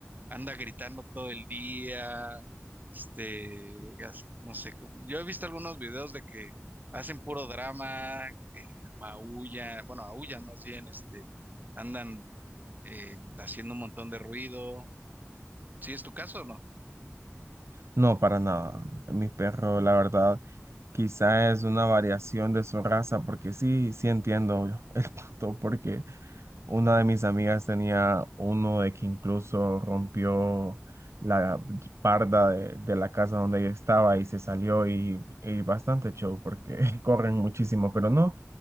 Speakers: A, on the right; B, on the right.
A: anda gritando todo el día, este, hace- no sé, como- yo he visto algunos videos de que hacen puro drama, eh, maullan, bueno, aullan más bien, este, andan eh, haciendo un montón de ruido. ¿Sí es tu caso o no?
B: No, para nada. Mi perro, la verdad, quizá es una variación de su raza, porque sí, sí entiendo el <laughs> punto, porque Una de mis amigas tenía uno de que incluso rompió la parda de, de la casa donde ella estaba y se salió y, y bastante show porque <laughs> corren muchísimo, pero no.